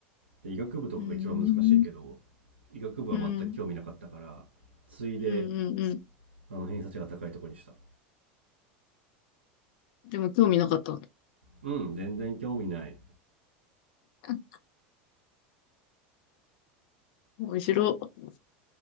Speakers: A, on the right; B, on the left.
A: う。で、医学部とかが一番難しいけど、
B: うーん。
A: 医学部は全く興味なかったから、
B: うん。
A: ついで、
B: うん。うん。うん。
A: あの、偏差値が高いとこにした。
B: でも興味なかった。
A: うん、全然興味ない。
B: <laughs> 面白。